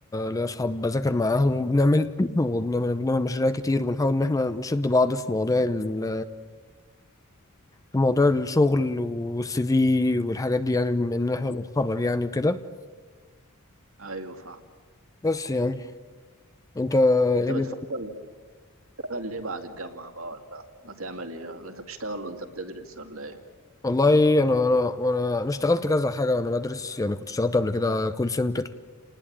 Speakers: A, on the left (about 15°); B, on the right (about 70°).
A: ليا صحاب بذاكر معاهم وبنعمل <clears throat> وبنعمل بنعمل مشاريع كتير وبنحاول إن إحنا نشد بعض في مواضيع ال في مواضيع الشغل والسي في والحاجات دي يعني بما إن إحنا بنتخرج يعني وكده
B: ايوه فاهم
A: بس يعني أنت إيه
B: انت بتفكر
A: دي
B: تشتغل ايه بعد الجامعة بقى ولا ما تعمل ايه ولا انت بتشتغل وانت بتدرس ولا ايه
A: والله انا انا وانا انا اشتغلت كذا حاجه وانا بدرس يعني كنت اشتغلت قبل كده كول سنتر